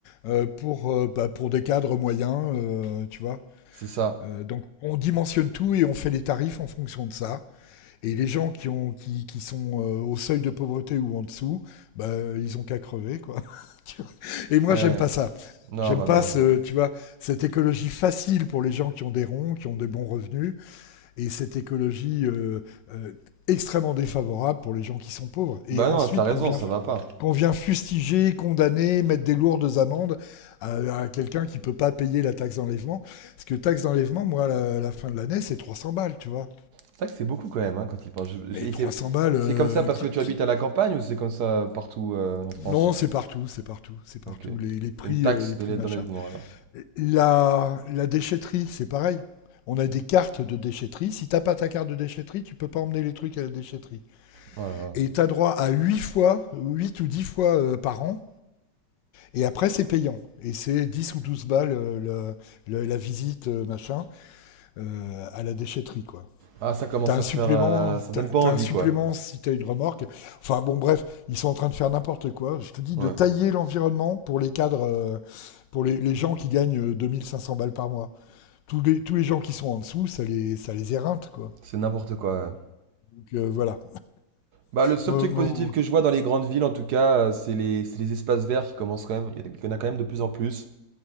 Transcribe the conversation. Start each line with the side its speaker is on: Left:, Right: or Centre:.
Left: euh, pour, euh, bah, pour des cadres moyens, euh, tu vois.
Right: c'est ça.
Left: Euh, donc on dimensionne tout et on fait les tarifs en fonction de ça. Et les gens qui, ont, qui, qui sont euh, au seuil de pauvreté ou en dessous, bah, ils ont qu'à crever quoi. <laughs> Tu vois et moi
Right: Ouais,
Left: j'aime pas ça.
Right: non,
Left: J'aime
Right: bah,
Left: pas
Right: moi non
Left: ce,
Right: plus.
Left: tu vois, cette écologie facile pour les gens qui ont des ronds, qui ont des bons revenus, et cette écologie euh, euh, extrêmement défavorable pour les gens qui sont pauvres. Et
Right: Bah
Left: ensuite
Right: non, t'as raison,
Left: qu'on vient,
Right: ça va pas.
Left: qu'on vient fustiger, condamner, mettre des lourdes amendes à, à quelqu'un qui peut pas payer la taxe d'enlèvement. Parce que taxe d'enlèvement, moi, à la, la fin de l'année, c'est 300 balles, tu vois.
Right: C'est vrai que c'est beaucoup quand même hein, quand il pense. Je- je-
Left: Mais
Right: et
Left: 300
Right: C'est
Left: balles, euh,
Right: c'est comme ça parce
Left: qui,
Right: que tu habites
Left: qui...
Right: à la campagne ou c'est comme ça partout euh, en France?
Left: Non, c'est partout, c'est partout, c'est partout.
Right: Ok.
Left: Les, les prix,
Right: Une taxe
Left: euh, les prix
Right: d'élè-
Left: machin.
Right: d'enlèvement alors.
Left: La, la déchetterie, c'est pareil. On a des cartes de déchetterie. Si t'as pas ta carte de déchetterie, tu peux pas emmener les trucs à la déchetterie.
Right: Voilà.
Left: Et tu as droit à huit fois, 8 ou 10 fois euh, par an. Et après, c'est payant. Et c'est 10 ou 12 balles euh, le- le- la visite, euh, machin, euh, à la déchetterie, quoi.
Right: Ah, ça commence
Left: T'as un
Right: à
Left: supplément,
Right: faire. euh, ça
Left: t'as,
Right: donne pas envie,
Left: t'as un supplément
Right: quoi.
Left: si t'as une remorque. Enfin bon, bref, ils sont en train de faire n'importe quoi. Je te dis
Right: Ouais,
Left: de tailler l'environnement pour les cadres, euh, pour les, les gens qui gagnent euh, 2500 balles par mois. Tous les, tous les gens qui sont en dessous, ça les, ça les éreinte, quoi.
Right: c'est n'importe quoi. ouais.
Left: Donc euh, voilà.
Right: Bah, le seul
Left: Mon-
Right: truc
Left: mon-
Right: positif que je vois dans les grandes villes, en tout cas, euh, c'est les, c'est les espaces verts qui commencent quand même. Il y en a- il y en a quand même de plus en plus.